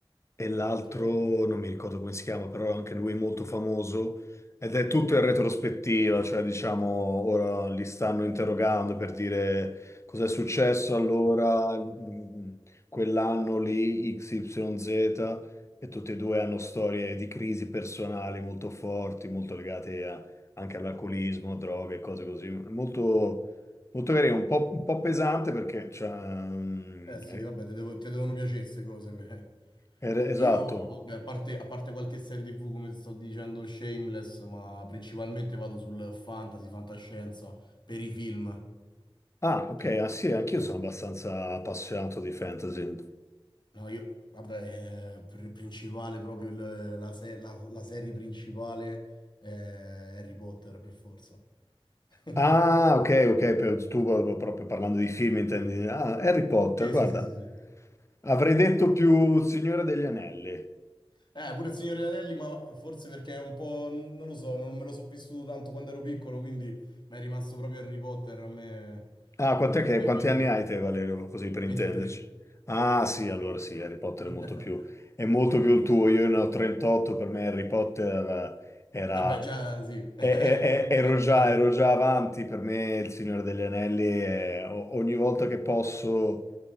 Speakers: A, on the left; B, on the left.
A: e l'altro
B: Ok.
A: non mi ricordo come si chiama, però anche lui è molto famoso ed è tutto in retrospettiva, cioè diciamo ora li stanno interrogando per dire cos'è successo allora mh, quell'anno lì XYZ e tutti e due hanno storie di crisi personali molto forti, molto legate a- anche all'alcolismo, droghe, cose così, molto Molto carino, un po', un po' pesante perché, cioè, mm,
B: Eh sì,
A: è-
B: vabbè, ti devo- ti devono piacere queste cose. beh.
A: è- esatto,
B: Io, beh, a parte, a parte qualche serie TV, come ti sto dicendo, Shameless, ma principalmente vado sul fantasy, fantascienza, per i film.
A: Ah, ok,
B: Che-
A: ah sì, anch'io
B: sì.
A: sono abbastanza appassionato di fantasy.
B: No, io, vabbè, eh, pr- principale proprio il- la, se- la- la serie principale è Harry Potter, per forza. <laughs>
A: Ah, ok, ok, per- tu proprio proprio parlando di film intendi. Ah, Harry Potter,
B: Sì,
A: guarda,
B: sì, sì, sì, sì.
A: avrei detto più Signore degli Anelli.
B: Eh, pure il Signore degli Anelli, ma forse perché è un po', n- non lo so, non me lo so vissuto tanto quando ero piccolo, quindi mi è rimasto proprio Harry Potter a me
A: Ah, quant'è
B: con tutti
A: che- quanti
B: i film
A: anni hai te, Valerio, così per
B: 23.
A: intenderci? Ah, sì, allora sì, Harry Potter
B: <laughs>
A: è molto più, è molto più il tuo. Io ne ho 38, per me Harry Potter eh, era...
B: Vabbè, già sì, <laughs> eri
A: e- e-
B: un po' più
A: e-
B: grandicello.
A: Ero già, ero già
B: <laughs>
A: avanti, per me il Signore degli Anelli è o- ogni volta che posso...